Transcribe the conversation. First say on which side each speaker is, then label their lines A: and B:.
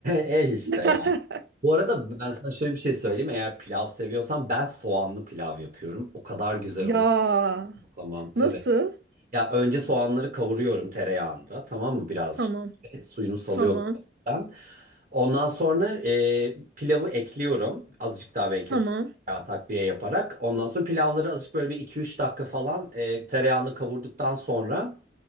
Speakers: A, on the right; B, on the right.
A: E işte
B: <laughs>
A: yani. Bu arada ben sana şöyle bir şey söyleyeyim. Eğer pilav seviyorsan ben soğanlı pilav yapıyorum. O kadar güzel
B: Ya
A: oluyor. Tamam.
B: nasıl?
A: Evet. Ya önce soğanları kavuruyorum tereyağında tamam mı birazcık
B: Tamam,
A: E, suyunu salıyorum.
B: tamam,
A: ben. Ondan sonra e, pilavı ekliyorum azıcık daha belki
B: tamam.
A: üstüne tereyağı takviye yaparak. Ondan sonra pilavları azıcık böyle bir iki üç dakika falan e, tereyağını kavurduktan sonra